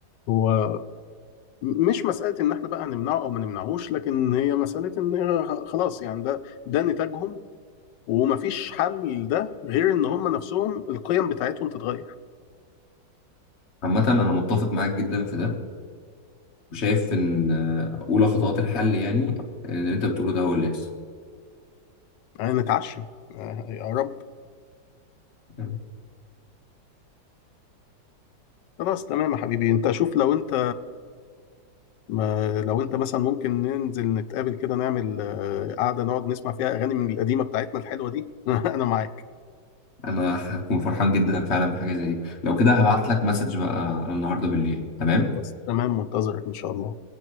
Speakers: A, on the left; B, on the left.
A: هو مش مساله ان احنا بقى هنمنعه او ما نمنعهوش لكن هي مساله ان خلاص يعني ده ده نتاجهم ومفيش حل ده غير ان هم نفسهم القيم بتاعتهم تتغير
B: عامة أنا متفق معاك جدا في ده وشايف إن آه، أولى خطوات الحل يعني اللي أنت بتقوله ده هو اللي يحصل
A: يعني نتعشم آه، يا رب
B: تمام.
A: خلاص تمام يا حبيبي انت شوف لو انت ما لو انت مثلا ممكن ننزل نتقابل كده نعمل آه، قعده نقعد نسمع فيها اغاني من القديمه بتاعتنا الحلوه دي <laughs> انا معاك
B: أنا هكون فرحان جدا فعلا بحاجة زي دي لو كده هبعت لك مسج بقى النهاردة بالليل تمام؟
A: خلاص تمام منتظرك ان شاء الله